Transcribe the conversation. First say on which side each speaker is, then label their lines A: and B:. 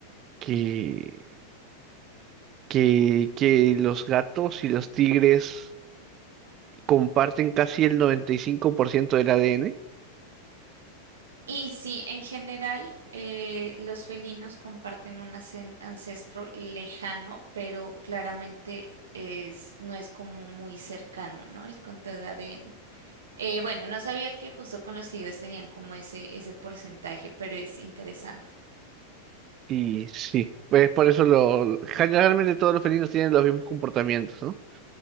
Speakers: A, on the right; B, on the right.
A: que, que, que los gatos y los tigres comparten casi el 95% del ADN?
B: Y sí, en general, eh, los felinos comparten un acen- ancestro lejano, pero claramente es, no es como muy cercano, ¿no? El conteo de ADN. Eh, bueno, no sabía que justo con los tigres tenían como ese, ese porcentaje, pero es interesante.
A: Y sí, pues por eso lo, generalmente todos los felinos tienen los mismos comportamientos, ¿no?